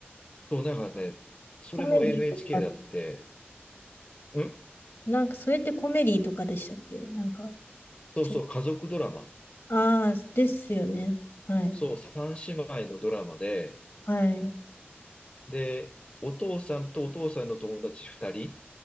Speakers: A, on the left; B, on the left.
A: そう、なんかね、それも
B: コメディとかで、
A: NHK だって、ん
B: なんかそれってコメディとかでしたっけなんか、
A: そうそう、
B: ちょ、
A: 家族ドラマ。
B: ああ、ですよね。はい。
A: そう、三姉妹のドラマで、
B: はい、
A: で、お父さんとお父さんの友達2人